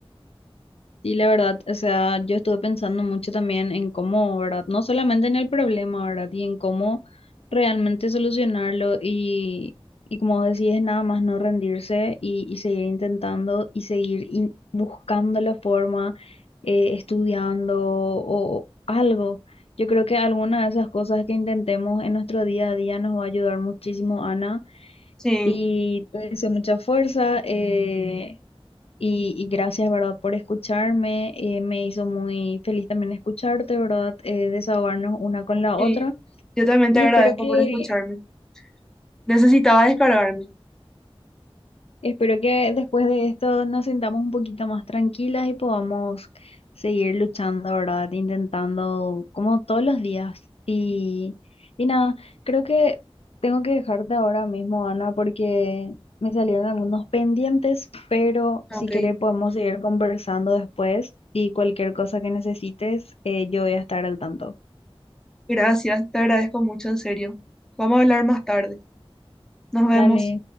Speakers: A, on the left; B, in the centre.
A: Y la verdad, o sea, yo estuve pensando mucho también en cómo, ¿verdad? No solamente en el problema, ¿verdad? Y en cómo realmente solucionarlo y, y como decís, nada más no rendirse y, y seguir intentando y seguir in- buscando la forma, eh, estudiando o algo. Yo creo que alguna de esas cosas que intentemos en nuestro día a día nos va a ayudar muchísimo, Ana.
B: Sí.
A: Y te deseo mucha fuerza. eh, y, y gracias, ¿verdad?, por escucharme. eh, me hizo muy feliz también escucharte, ¿verdad?, eh, desahogarnos una con la
B: Sí,
A: otra.
B: yo también
A: Y
B: te agradezco
A: espero que,
B: por escucharme. Necesitaba descargarme.
A: Espero que después de esto nos sintamos un poquito más tranquilas y podamos seguir luchando, ¿verdad? Intentando como todos los días. Y, y nada, creo que tengo que dejarte ahora mismo, Ana, porque me salieron algunos pendientes, pero si
B: Ok,
A: quieres podemos seguir conversando después y cualquier cosa que necesites, eh, yo voy a estar al tanto.
B: gracias, te agradezco mucho, en serio. Vamos a hablar más tarde. Nos vemos.
A: Dale.